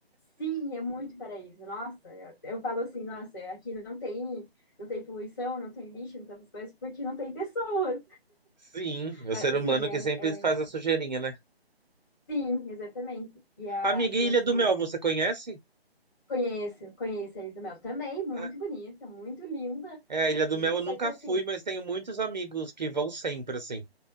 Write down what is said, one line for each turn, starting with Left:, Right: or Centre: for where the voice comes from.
Left: Sim, é muito paraíso. Nossa, eu, eu falo assim, nossa, aqui não tem, não tem poluição, não tem lixo, não tem essas coisas, porque não tem pessoas.
Right: Sim, o
Left: Ah,
Right: ser humano
Left: Sim, é,
Right: que sempre faz
Left: é-
Right: a sujeirinha, né?
Left: sim, exatamente. E, a,
Right: Amiga,
Left: e
Right: e
Left: assim,
Right: Ilha do Mel,
Left: é,
Right: você conhece?
Left: conheço, conheço a Ilha do Mel também, muito
Right: Ah,
Left: bonita, muito linda.
Right: É, Ilha do
Left: E,
Right: Mel eu
Left: só
Right: nunca
Left: que assim,
Right: fui, mas tenho muitos amigos que vão sempre, assim.